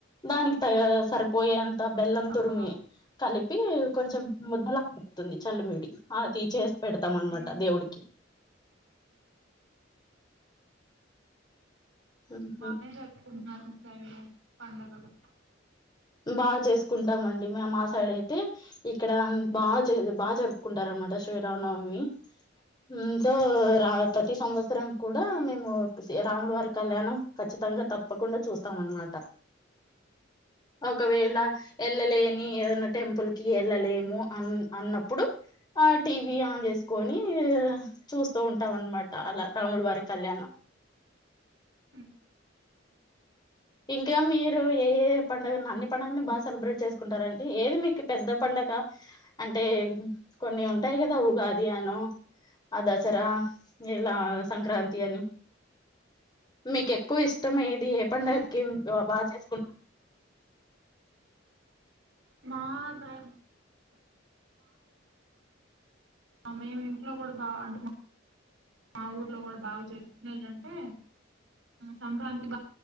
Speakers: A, on the left (about 20°); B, on the right (about 75°).
A: దానికి తగ సరిపోయే బెల్లం
B: ఆహా
A: తురిమి కలిపి కొంచెం ముద్దల <unintelligible> చల్లిమిడి అది చే పెడతాం అనమాట
B: ఉమ్
A: దేవుడికి హుహు.
B: బానే జరుపుకుంటూన్నారు మీ సైడ్ పండగలు
A: బా చేసుకుంటమండి మేము ఆ సైడ్ అయితే ఇక్కడ బాగ బా జరుపుకుంటారనమాట శ్రీరామనవమి ఇంకా ప్రతి సంవత్సరం కూడ
B: ఉమ్
A: మేము రాముల వారి కళ్యాణం ఖచ్చితంగా తప్ ప్పకుండా చూస్తాం అన్నమాట ఒకవేళ వెళ్ళలేని ఏదైన టెంపుల్ కి వెళ్ళలేము అన్ అన్నప్పుడు ఆ టీవీ ఆన్ చేసుకొని చూస్తు ఉంటాం అనమాట అల రాములు వారి కళ్యాణం
B: అ
A: ఇంకా మీరు ఏ ఎ పండుగ అన్ని పండుగలని బాగ సెలబ్రేట్ చేసుకుంటార అండి ఏది మీకు పెద్ద పండగ అంటే కొన్ని ఉంటాయి కదా ఉగాదియనో అ దాసర ఇలా సంక్రాంతి అని మీకు ఎక్కువ ఇ ష్టం ఏది ఏ పండగకి
B: సైడ్
A: బాగ చేసుకుం
B: <unintelligible> మేము ఇంట్లో కూడ బాగా అంటున్నా మా ఊర్లో కూడ బాగా చేసుకునేదంటే సంక్రాంతి బ